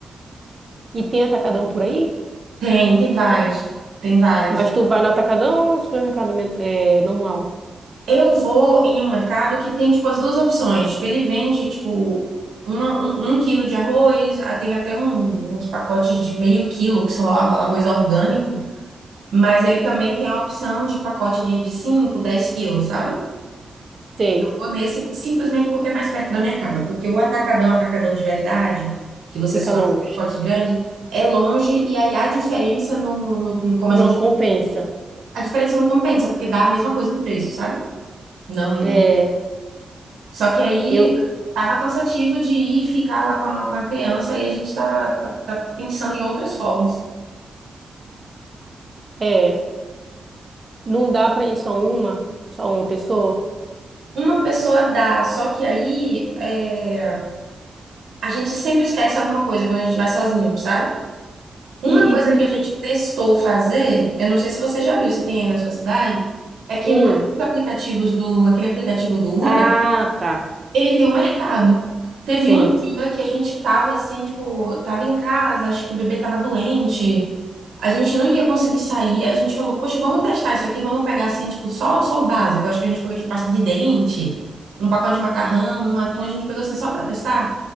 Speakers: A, on the right; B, on the right.
A: E tem atacadão por aí?
B: Tem, tem várias. Tem várias.
A: Mas tu vai no atacadão ou supermercado men- é, normal?
B: Eu vou em um mercado que tem, tipo, as duas opções. Tipo, ele vende, tipo, uma- um, um quilo de arroz, ah, tem até um- uns pacotes de meio quilo, que são arro- arroz orgânico, mas ele também tem a opção de pacote de, de 5, 10 quilos, sabe?
A: Sei,
B: Vou nesse simplesmente porque é mais perto da minha casa. Porque o atacadão, atacadão de verdade, que você
A: fica
B: só
A: longe.
B: acha um pacote grande, é longe e aí a diferença no, no, no- como
A: Não
B: a gente.
A: compensa.
B: A diferença não compensa, porque dá a mesma coisa no preço, sabe? Não,
A: É,
B: não- Só que aí
A: eu,
B: tava cansativo de ir e ficar lá com a, com a criança e a gente tá, tá, tá pensando em outras formas.
A: é, não dá pra ir só uma, só uma pessoa.
B: Uma pessoa dá, só que aí é, a gente sempre esquece alguma coisa quando a gente vai sozinho, sabe? Uma
A: E,
B: coisa
A: e tu
B: que
A: já
B: a gente
A: tem
B: testou fazer, eu não sei se você já viu, se tem aí na sua cidade, é que
A: um?
B: naqueles aplicativos do, aquele aplicativo do Uber,
A: Ah, tá.
B: ele tem um mercado. Teve
A: Tem,
B: um dia que a gente tava assim, tipo, tava em casa, acho que o bebê tava doente, a gente não ia conseguir sair, a gente falou, poxa, vamos testar isso aqui, vamos pegar assim, tipo, só, só o básico. Acho que a gente pegou de pasta de dente, um pacote de macarrão, um atum, a gente pegou assim só pra testar.